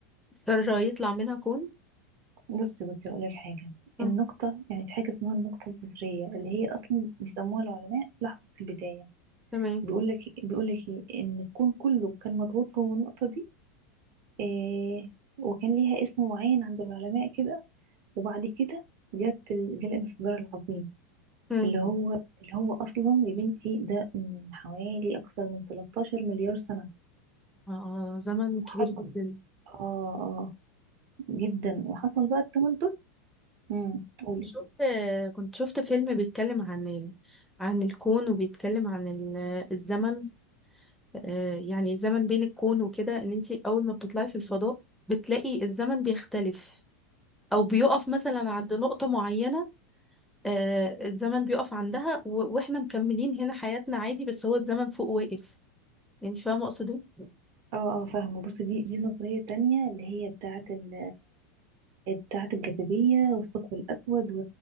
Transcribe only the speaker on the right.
بصي بصي هقول لك حاجه
النقطه يعني في حاجه اسمها النقطه الصفريه اللي هي اصلا بيسموها العلماء لحظه البدايه
بيقول لك بيقول لك ايه ان الكون كله كان مضغوط جوه النقطه دي إيه وكان ليها اسم معين عند العلماء كده وبعد كده جت ال- جه الانفجار العظيم
اللي هو اللي هو اصلا يا بنتي ده من حوالي اكثر من 13 مليار سنه
وحصل
اه اه جدا وحصل بقى التمدد امم قولي
اه اه فاهمة بصي دي دي النظرية التانية اللي هي بتاعة ال بتاعة الجاذبية والثقب الأسود و-